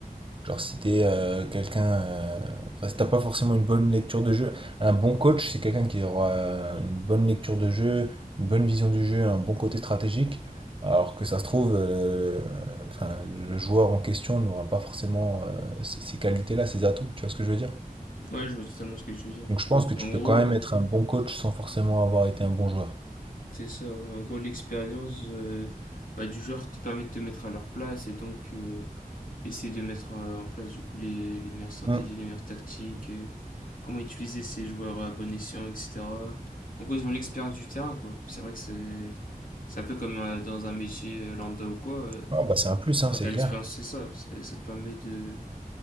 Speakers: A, on the right; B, on the left.
A: Genre, si t'es euh, quelqu'un. euh, Enfin, si t'as pas forcément une bonne lecture de jeu, un bon coach, c'est quelqu'un qui aura euh, une bonne lecture de jeu, une bonne vision du jeu, un bon côté stratégique. Alors que ça se trouve, euh, enfin, le joueur en question n'aura pas forcément euh, ces, ces qualités-là, ces atouts, tu vois ce que je veux dire?
B: Ouais, je vois totalement ce que tu veux dire.
A: Donc je pense que tu
B: En
A: peux
B: gros,
A: quand même être un bon coach sans forcément avoir été un bon joueur.
B: c'est ça, ouais. En gros, l'expérience euh, bah, du joueur te permet de te mettre à leur place et donc euh, essayer de mettre euh, en place du coup les, les meilleures stratégies,
A: Hmm.
B: les meilleures tactiques, euh, comment utiliser ces joueurs à bon escient, etc. En gros, ils ont l'expérience du terrain, quoi. C'est vrai que c'est, c'est un peu comme euh, dans un métier euh, lambda ou quoi. euh,
A: Ah, bah, c'est un plus,
B: Quand
A: hein, c'est
B: t'as l'expérience,
A: clair.
B: c'est ça. C'est- Ça te permet de,